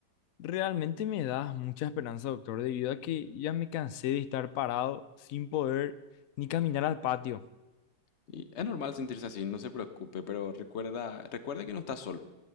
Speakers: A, on the left (about 65°); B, on the left (about 45°).
A: Realmente me das mucha esperanza, doctor, debido a que ya me cansé de estar parado sin poder ni caminar al patio.
B: Y es normal sentirse así, no se preocupe, pero recuerda, recuerda que no está solo.